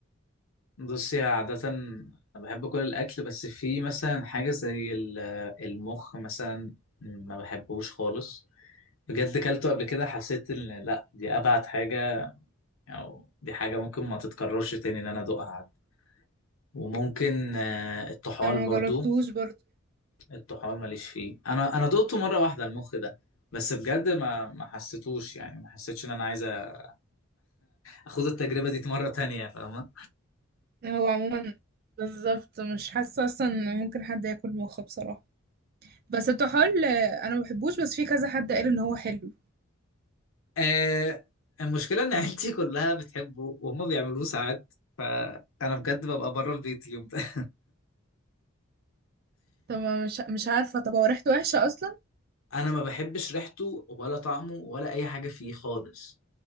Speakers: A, on the left; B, on the right.
A: بصي عادة أنا بحب كل الأكل بس في مثلا حاجة زي ال- المخ مثلا ما بحبوش خالص بجد كلته قبل كده حسيت إن لأ دي أبعد حاجة أو دي حاجة ممكن ما تتكررش تاني إن أنا أدوقها عاد. وممكن آه، الطحال
B: انا ما
A: برضو
B: جربتوش برضه
A: الطحال ماليش فيه أنا أنا دقته مرة واحدة المخ ده بس بجد ما ما حسيتوش يعني ما حسيتش إن أنا عايز <laughs> أ- أخوض التجربة دي مرة تانية فاهمة
B: هو عموما بالظبط مش حاسه اصلا ان ممكن حد ياكل مخ بصراحه بس الطحال آه، انا ما بحبوش بس في كذا حد قال ان هو حلو
A: آه المشكلة إن عيلتي كلها بتحبه وهم بيعملوه ساعات فأنا بجد ببقى بره البيت يوم ده <laughs>
B: طب أنا مش مش عارفه طب هو ريحته وحشه اصلا
A: أنا ما بحبش ريحته ولا طعمه ولا أي حاجة فيه خالص